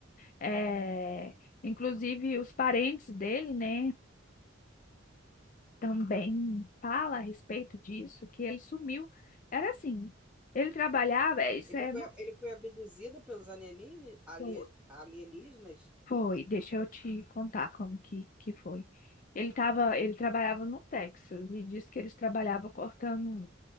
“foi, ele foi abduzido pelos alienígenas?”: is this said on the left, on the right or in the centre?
Centre